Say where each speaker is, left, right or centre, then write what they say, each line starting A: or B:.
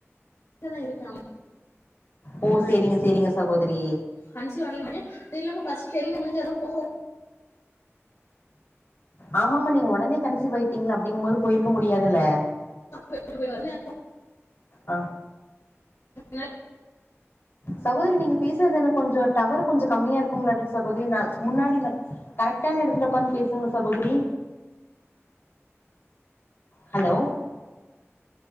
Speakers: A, on the left; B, on the left.
A: கதா இருக்க அம்
B: ஓ
A: ட்ல தா
B: சேரிங்க
A: இருக்கே
B: சேரிங்க சகோதரி
A: கன்சிவா ஆனதுமே ஃப்ஸ்ட் டெவலரி முடிம்சா தா போ
B: ஆமாம நீங்க உடனே கன்சிவ் ஆயிட்டிங்கல அப்டிங்கும் போது போயிருக்க முடியாதுல்ல
A: <unintelligible>
B: ஆ
A: னே
B: சகோதரி நீங்க பேசுறதுன கொஞ்ச டவர் கொஞ்சோ கம்மியா இருக்குங்களாட்டுக்கு சகோதரி நா முன்னாடி கரெக்டான எடத்துல உக்காந்து பேசுங்க சகோதரி ஹலோ